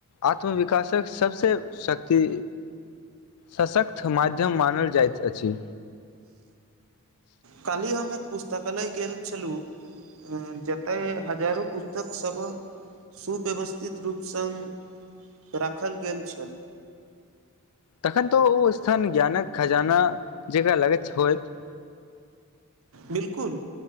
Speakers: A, on the left; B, on the right.
A: आत्मविकाासक सभसँ शक्ति सशक्त माध्यम मानल जाइत अछि
B: काली हम एक पुस्तकालय गेल छलहु जतय हजारो पुस्तक सब सुव्यवस्थित रूप सङ्ग राखल गेल छल
A: तखन तऽ ओ स्थान ज्ञानक खजाना जकरा लगैत होइत <inaudible>
B: बिल्कुल